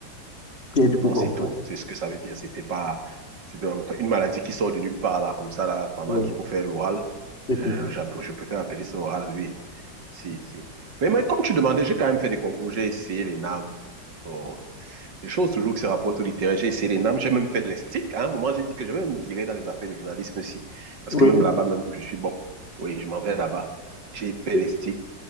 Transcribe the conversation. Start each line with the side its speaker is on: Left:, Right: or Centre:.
Left: Et du coup,
Right: Non,
Left: comme
Right: c'est tout.
Left: ça.
Right: C'est ce que ça veut dire. C'était pas... C'était une maladie qui sort de nulle part, là, comme ça, là, pendant
Left: Oui,
Right: qu'il faut faire l'oral.
Left: je te
Right: Euh,
Left: dis.
Right: j'app- je préfère appeler ça oral, oui. Si, si. Mais, mais comme tu demandais, j'ai quand même fait des concours. J'ai essayé les NAM. bon, les choses toujours que ces rapports littéraires. J'ai essayé les NAM, j'ai même fait les sticks. À un moment, j'ai dit que je vais me virer dans les affaires de journalisme aussi. Parce
Left: Oui,
Right: que même là-bas, même, je suis bon. Oui, je m'en vais là-bas. J'ai fait les sticks.